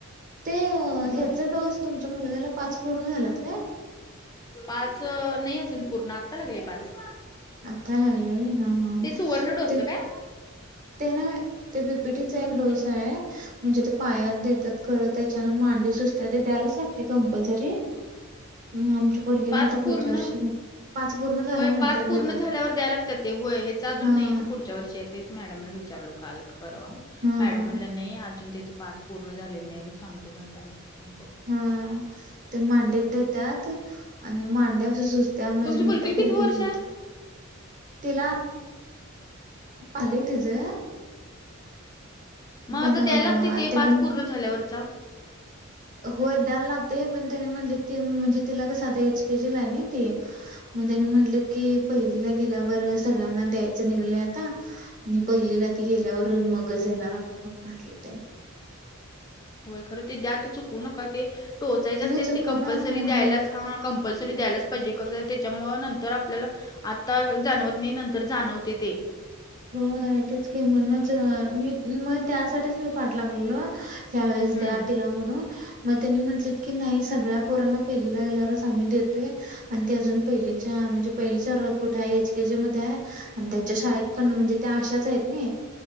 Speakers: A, on the right (about 40°); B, on the left (about 20°).
A: ते अ,
B: होय
A: ह्याचा डोस तुमच्या मुलग्याला पाच पूर्ण झालात काय
B: पाच नाही अजून पूर्ण आत्ता लागलय पाच
A: आत्ता लागले होय हा हा
B: ते
A: हा
B: सुवर्ण डोसच
A: ते
B: काय
A: ते नव्हे ते पीपीटीचा
B: मग
A: एक डोसा आहे म्हणजे ते पायात देतात खरं त्याच्यान मांडी सुजत्या ते द्यायलाच लागते कंपल्सरी मग आमच्या पोरगीला
B: पाच
A: आता पुढच्या
B: पूर्ण
A: वर्षी देणार. पाच पूर्ण झाल्यानंतर
B: होय पाच पूर्ण
A: देतात.
B: झाल्यावर द्यायला लागतंय ते होय हेच अजून
A: हां,
B: नाही पुढ पुढच्यावर्षी आहे तेच मॅडमना विचारलं काल का परवा
A: हां,
B: मॅडम म्हटल्या नई अजून त्याच पाच पूर्ण झालेल नाही मी सांगतो म्हणल्या मग फोन करून
A: ह ते मांडीत देत्यात आणि मांड्या सुजत्या माझ्या
B: तुमची
A: मोठ्या
B: मुलगी
A: पोरगीला
B: किती वर्ष
A: दिलत
B: आहे
A: तिला आलय तिचं
B: मग
A: पण
B: आता द्यायला लागतंय ते
A: त्यानी
B: पाच पूर्ण झाल्यावरचा
A: होय द्यायला लागतंय पण त्यानी म्हंटलीत ती म्हणजे तिला कस आता एच केजी ला आहे नई ती मग
B: हम्म
A: त्यानी म्हटलीत की पहिलीला गेल्यावर सगळ्यांना द्यायचं निघलंय आता आणि पहिलेला ती गेल्यावर मगच देणार म्हणून म्हटलीत त्यांनी
B: होय खरं ते द्या ते चुकवू नका ते टोचायचे असते
A: नाही चुकवणार
B: ते कंपल्सरी
A: नाही
B: द्यायलाच
A: हो.
B: हा कंपल्सरी द्यायलाच पाहिजे कसं आहे त्याच्यामुळं नंतर आपल्याला आता जाणवत नाही नंतर जाणवते ते
A: होय तेच की म्हणूनच मी मग त्यासाठीच मी पाठ लागलेलो ह्यावेेळेस
B: हम्म
A: द्या तिला म्हणून म त्यांनी म्हटलीत की नाही सगळ्या पोरांना पहिलीला गेल्यावरच आम्ही देतोय आणि ती अजून पहिलीच्या म्हणजे पहिलीच्या वर्गात कुठे आहे. एच केे जी मध्ये आहे. आणि त्यांच्या शाळेत पण म्हणजे त्या आशाच आहेत. नाही